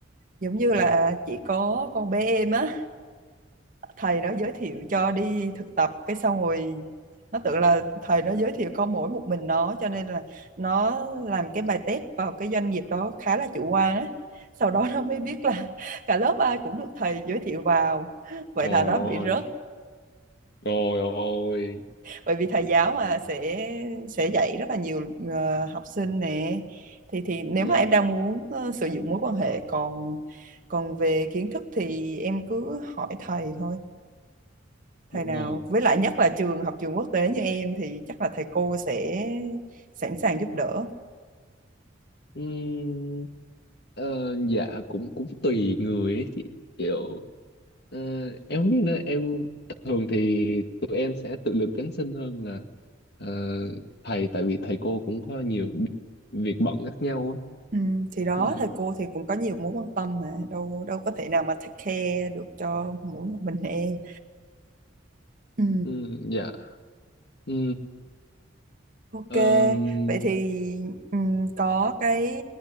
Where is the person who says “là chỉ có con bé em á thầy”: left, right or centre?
Right